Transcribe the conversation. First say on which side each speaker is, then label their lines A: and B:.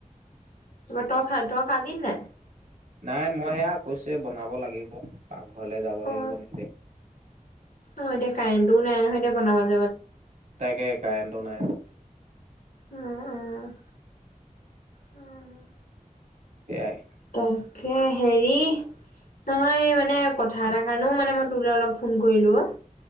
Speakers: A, on the left; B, on the right.
A: <unintelligible> <unintelligible>
B: নাই মই সেয়া কৈছোৱে, বনাব লাগিব প, ঘৰলে যাব
A: অ
B: লাগিব নিজে,
A: অ', এতিয়া কাৰেণ্ট টো নাই-নহয় এতিয়া বনাবলে
B: তাকে কাৰেণ্ট টো নাই,
A: উম্-উম্ -উম্
B: সেয়াই,
A: তাকে হেৰি', নহয় মানে কথা এটাৰ কাৰণেও মানে মই তোৰ তালৈ অলপ ফোন কৰিলো অ',